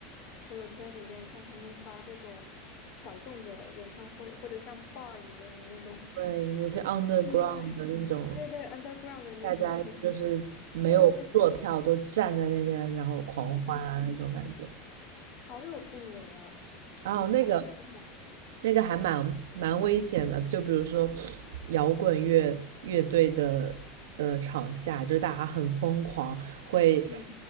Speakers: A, on the left; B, on the right.
A: 朋友圈里面看他们发这种小众的演唱会，或者像 bar 里面的那种，
B: 对，有些 underground
A: 对对对，
B: 的那种，
A: 对对，underground 的那种，
B: 大家就是没有坐票，
A: 很，对对对，
B: 都站在那边然后狂欢啊那种感觉。
A: 嗯，好有氛围啊，
B: 哦，那个
A: 好羡慕，
B: 那个还蛮蛮危险的，就比如说摇滚乐乐队的呃场下，就是大家很疯狂，会
A: 嗯，